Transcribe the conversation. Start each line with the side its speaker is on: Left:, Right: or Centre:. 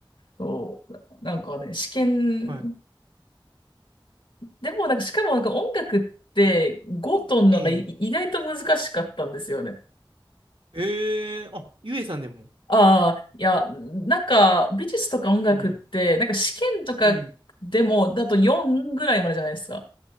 Left: そう、なんかね、試験、
Right: はい。
Left: でもなんか、しかもなんか音楽って5トンのがい意外と難しかったんですよね。
Right: ええええあ、ゆえさんでも。
Left: ああ、いや、なんか美術とか音楽って、
Right: うん、
Left: なんか試験とかでもだと4ぐらいまでじゃないですか。
Right: うん、